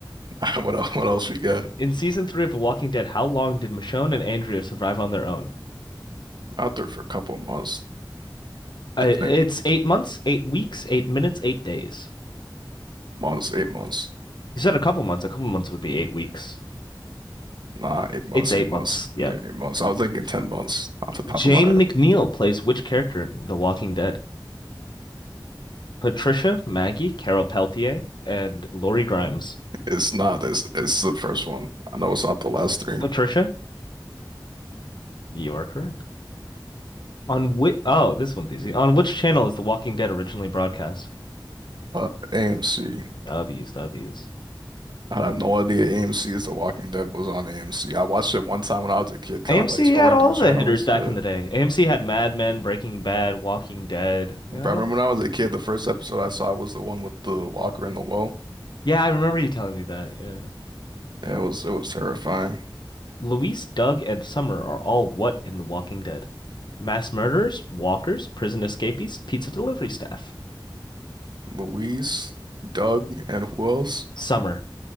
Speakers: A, on the right; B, on the left.
A: <laughs> What else? What else we got
B: <laughs> In season three of The Walking Dead, how long did Michonne and Andrea survive on their own?
A: out there for a couple of months?
B: Uh,
A: I think
B: it's eight months, eight weeks, eight minutes, eight days.
A: months, eight months.
B: You said a couple months. A couple months would be eight weeks.
A: Nah, eight months,
B: It's eight
A: eight
B: months.
A: months,
B: Yep.
A: yeah, eight months. I was thinking ten months off the top
B: Jane
A: of my head.
B: McNeil plays which character in The Walking Dead? Patricia, Maggie, Carol Peltier, and Lori Grimes.
A: It's not. It's it's the first one. I know it's not the last three.
B: Patricia, you are correct. On which? Oh, this one's easy. On which channel is The Walking Dead originally broadcast?
A: Uh, AMC.
B: W's, W's.
A: I have no idea AMC is The Walking Dead was on AMC. I watched it one time when I was a kid, kind
B: AMC
A: of like scrolling
B: had all
A: through channels.
B: the hitters back
A: Yeah.
B: in the day. AMC had Mad Men, Breaking Bad, Walking Dead.
A: But
B: Yeah, I don't.
A: I remember when I was a kid, the first episode I saw was the one with the walker in the well.
B: Yeah, I remember you telling me that. Yeah.
A: It was it was terrifying.
B: Luis, Doug, and Summer are all what in The Walking Dead? Mass murderers, walkers, prison escapees, pizza delivery staff.
A: Louise, Doug, and who else?
B: Summer.